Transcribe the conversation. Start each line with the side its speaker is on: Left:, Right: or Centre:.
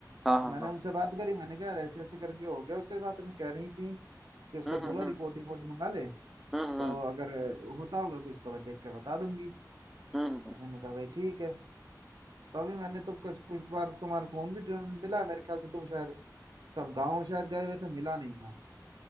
Centre: हाँ
Right: तो
Centre: हाँ
Right: मैंने
Centre: हाँ
Right: उनसे बात करी मैंने कहा यार ऐसे ऐसे करके हो गया उसके साथ में कह रही थी कि उससे
Centre: हम्म
Right: बोलो
Centre: हम्म
Right: रिपोर्ट रिपोर्ट मंगा ले
Centre: हम्म
Right: तो
Centre: हम्म
Right: अगर होता होगा कुछ तो मैं देख के बता दूंगी
Centre: हम्म
Right: तो
Centre: हम्म
Right: मैंने कहा भाई ठीक है तो अभी मैंने तो कुछ कुछ बार तुम्हारा फोन भी ढूंढ- मिला मेरे ख्याल से तुम शायद तब गाँव शायद गए हुए थे मिला नहीं था